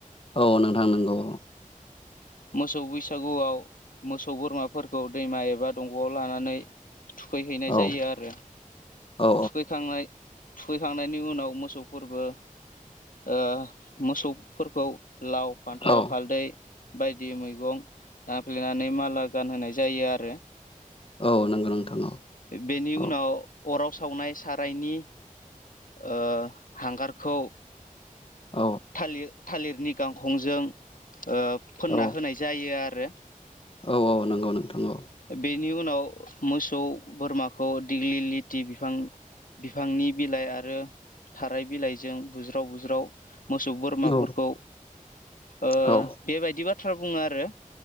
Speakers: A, on the left; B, on the left.
A: औ नोंथां नोंगौ।
B: मोसौ बैसागुआव मोसौ बोरमाफोरखौ दैमा एबा दंगआव लानानै थुखैहैनाय
A: औ
B: जायो आरो
A: औ
B: थुखैखांनाय थुखैखांनायनि उनाव मोसौफोरबो ओ‌ मोसौफोरखौ लाव, फान्थाव,
A: औ
B: हालदै बायदि मैगं दांफ्लेनानै माला गानहोनाय जायो आरो
A: औ नंगौ नोंथां औ
B: बेनि
A: औ
B: उनाव अराव सावनाय सारायनि ओ‌ हांगारखौ
A: औ
B: थालिर थालिरनि गांखंजों ओ फोनना
A: औ
B: होनाय जायो आरो
A: औ औ नोंगौ नोंथां औ।
B: बेनि उनाव मोसौ बोरमाखौ दिग्लि लिथि बिफां बिफांनि बिलाइ आरो थाराय बिलाइजों बुज्राव बुज्राव मोसौ बोरमाफोरखौ
A: औ
B: ओ
A: औ
B: बेबायदि बाथ्रा बुंङो आरो